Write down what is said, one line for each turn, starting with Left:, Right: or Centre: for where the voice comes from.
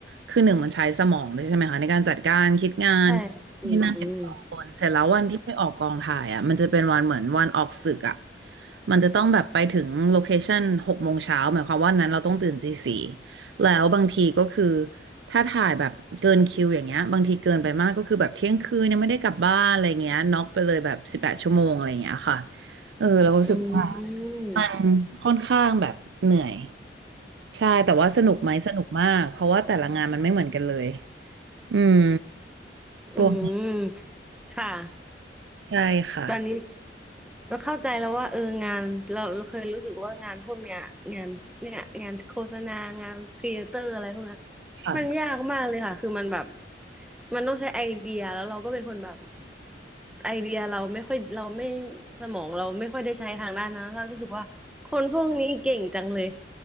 Right: คือหนึ่งมันใช้สมองด้วยใช่ไหมคะในการจัดการคิดงาน
Centre: ใช่อืม
Right: นี่นั่นติดต่อคนเสร็จแล้ววันที่ไปออกกองถ่ายอะมันจะเป็นวันเหมือนวันออกสึกอะมันจะต้องแบบไปถึงโลเคชั่นหกโมงเช้าหมายความว่านั้นเราต้องตื่นตีสี่ แล้วบางทีก็คือถ้าถ่ายแบบเกินคิวอย่างเงี้ยบางทีเกินไปมากก็คือแบบเที่ยงคืนยังไม่ได้กลับบ้านอะไรเงี้ยน็อกไปเลยแบบสิบแปดชั่วโมงอะไรเงี้ยค่ะเออเรารู้สึกว่า
Centre: อืมอืม
Right: มันค่อนข้างแบบเหนื่อยใช่แต่ว่าสนุกไหมสนุกมากเพราะว่าแต่ละงานมันไม่เหมือนกันเลยอืมตัวนี้
Centre: อืมค่ะ
Right: ใช่ค่ะ
Centre: ตอนนี้ เราเข้าใจแล้วว่าเอองานเราเราเคยรู้สึกว่างานพวกเนี้ยงานเนี่ยงานโฆษณางานครีเอเตอร์อะไรพวกเนี้ย
Right: ค่ะ
Centre: มันยากมากเลยค่ะคือมันแบบมันต้องใช้ไอเดียแล้วเราก็เป็นคนแบบไอเดียเราไม่ค่อยเราไม่สมองเราไม่ค่อยได้ใช้ทางด้านนั้นเรารู้สึกว่าคนพวกนี้เก่งจังเลย